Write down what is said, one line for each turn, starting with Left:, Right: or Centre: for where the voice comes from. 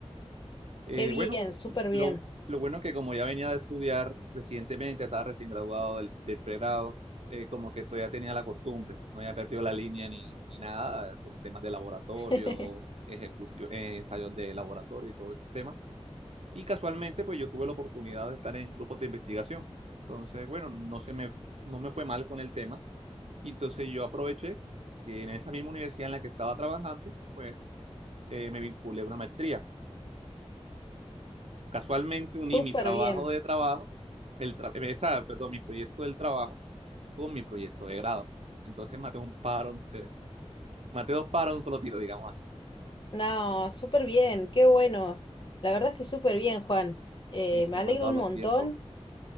Right: Eh,
Left: Qué bien,
Right: bueno,
Left: súper bien,
Right: lo, lo bueno es que como ya venía de estudiar recientemente, estaba recién graduado del, del pregrado, eh, como que todavía tenía la costumbre, no había perdido la línea ni, ni nada, en temas de laboratorio,
Left: <laughs>
Right: ejecución, eh, ensayos de laboratorio y todo ese tema. Y casualmente, pues yo tuve la oportunidad de estar en grupos de investigación. Entonces, bueno, no se me, no me fue mal con el tema. Y entonces yo aproveché que en esa misma universidad en la que estaba trabajando, pues eh, me vinculé a una maestría. Casualmente uní
Left: súper
Right: mi trabajo
Left: bien.
Right: de trabajo, el tra- eh, esa, perdón, mi proyecto del trabajo con mi proyecto de grado. Entonces maté un paro de, maté dos paros de un solo tiro, digamos así.
Left: No, súper bien, qué bueno. La verdad es que súper bien, Juan.
Right: Sí,
Left: Eh,
Right: se
Left: me alegro
Right: me han dado
Left: un
Right: los
Left: montón.
Right: tiempos.